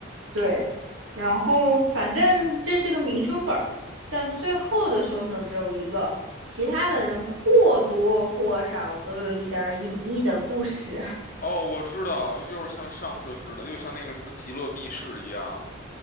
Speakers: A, on the right (about 75°); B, on the left (about 40°).
A: 对，然后反正这是个明凶本儿，但最后的凶手只有一个，其他的人或多或少都有一点儿隐秘的故事。
B: 哦，我知道，又是像上次似的，又像那个什么极乐密室一样，